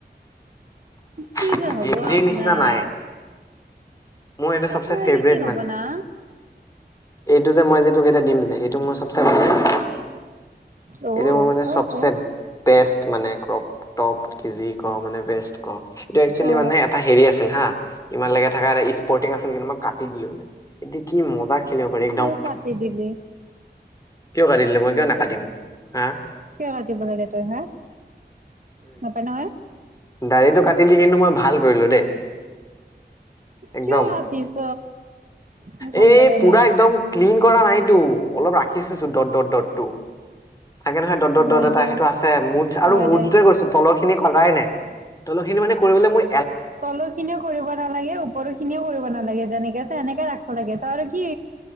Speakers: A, on the right (about 45°); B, on the left (about 20°).
A: কি
B: কিন্তু
A: যে হ'ব
B: গেঞ্জিৰ
A: আপনাৰ
B: নিচিনা নাই মোৰ এইটো
A: আপোনাৰ
B: চবচে ফেভৰেট
A: যে কি হ'ব
B: মানে
A: না?
B: এইটো যে, মই যে টোক এটা দিম যে, এইটো মোৰ চবচে <unintelligible>
A: অ
B: এইটো মোৰ মানে
A: অ
B: চবচে
A: অ
B: বেষ্ট মানে ক্ৰপটপ কি যি ক মানে বেষ্ট ক এইটো এক্সুৱেলি
A: অ
B: মানে এটা হেৰি আছিল হা ইমান লকে থকা পৰ্টিং আছিল, কিন্তু মই কাটি দিলো এইটো। এতিয়া কি মজা খেলিব পাৰি একদম
A: কিয় কাটি দিলি
B: কিয় কাটি দিলো মই কিয় নাকাটিম হা?
A: কিয় কাটিব লাগে তই হা? নাপায় নহয়।
B: দাৰিটো কাটি দি কিন্তু মই ভাল কৰিলো দেই। একদম,
A: কিয় কাটিছ মোৰ ভাল
B: এই
A: লগা
B: পুৰা
A: নাই
B: একদম ক্লিন কৰা নাইটো, অলপ ৰাখিছোটো ডট ডট ডট। টো <unintelligible>
A: হয় দে হয় দে
B: <unintelligible> নাই তলৰ খিনি মানে কৰিবলৈ মই
A: তলৰ খিনিও কৰিব নালাগে ওপৰ খিনিও কৰিব নালাগে যেনেকে আছে শেনেকে ৰাখ লাগে তই আৰু কি